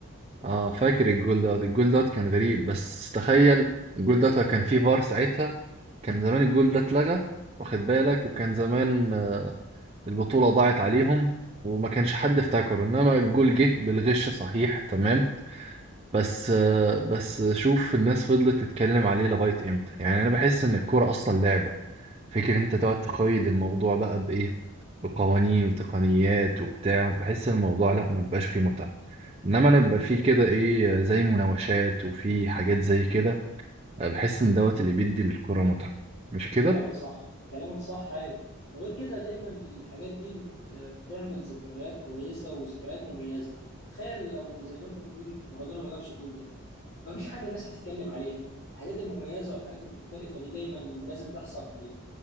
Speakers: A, on the right (about 25°); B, on the left (about 70°).
A: اه فاكر الجول دوت الجول دوت كان غريب بس تخيل الجول دوت لو كان فيه فار ساعتها كان زمان الجول ده اتلغى واخد بالك وكان زمان آه، البطولة ضاعت عليهم وما كانش حد افتكره انما الجول جه بالغش صحيح تمام بس آه، بس شوف الناس فضلت تتكلم عليه لغاية امتى يعني انا بحس ان الكورة اصلا لعبة فكر انت تقعد تقيد الموضوع بقى بايه بقوانين وتقنيات وبتاع بحس الموضوع لا ما بيبقاش فيه متعة انما انا بيبقى فيه كده ايه زي مناوشات وفي حاجات زي كده بحس ان دوت اللي بيدي للكورة متعة مش كده
B: كلامك صح كلامك صح ايوه وغير كده دايما الحاجات دي بت... بتعمل ذكريات كويسه وذكريات مميزه تخيل لو زي ما انت بتقول مارادونا ما جابش الجول ده مفيش حاجه الناس هتتكلم عليها الحاجات المميزه والحاجات المختلفه دي دايما لازم تحصل ب...